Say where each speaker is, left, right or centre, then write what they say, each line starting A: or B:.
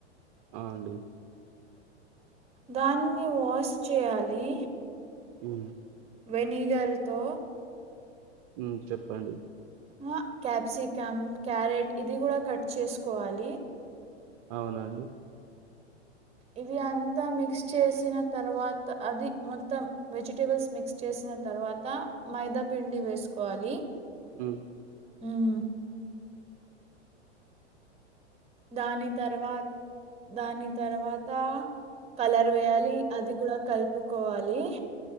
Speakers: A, on the right; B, on the right.
A: ఆ అండి
B: దాన్ని వాష్ చేయాలి
A: ఉ
B: వెనిగర్తో
A: ఊ చెప్పండి
B: ఆ క్యాప్సికం క్యారెట్ ఇది కూడా కట్ చేసుకోవాలి
A: అవునా అండి
B: ఇది అంతా మిక్స్ చేసిన తర్వాత అది మొత్తం వెజిటేబుల్స్ మిక్స్ చేసిన తర్వాత త మైదా పిండి వేసుకోవాలి
A: ఉ
B: ఉమ్ దాని తర్వాత దాని తర్వాత కలర్ వేయాలి అది కూడా కలుపుకోవాలి